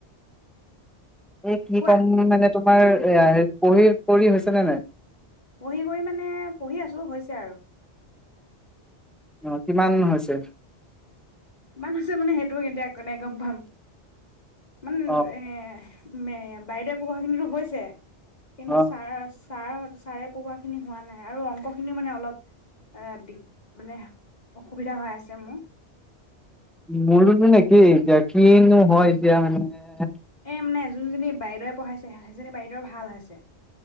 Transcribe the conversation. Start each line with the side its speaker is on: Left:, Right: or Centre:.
Centre: এই কি
Left: কোৱা
Centre: কম উম মানে। তোমাৰ এইয়া, পঢ়ি কৰি হৈছেনে নাই।
Left: পঢ়ি কৰি মানে পঢ়ি আছোঁ, হৈছে আৰু।
Centre: অ' কিমান হৈছে?
Left: ইমান হৈছে, মানে হেতু কিতিয়া কোনে গম পাম। মান
Centre: অ
Left: এ মে--ম, বাইদেউ পঢ়োৱা খিনিতো হৈছে। কিন্তু
Centre: অ
Left: চাৰচ। ছাৰহঁত ছাৰে পঢ়োৱাখিনি হোৱা নাই, আৰু অংকখিনিও মানে অলপ অ' দিগ মানে অসুবিধা হৈ আছে মোৰ।
Centre: মোৰোনো‌ চোন একেই, এতিয়া কিনো হয়, এতিয়া মানে
Left: তাৰ মানে জোনজনী বাইদেউৱে পঢ়াইছে, হেইজনী বাইদেউ ভাল আছে।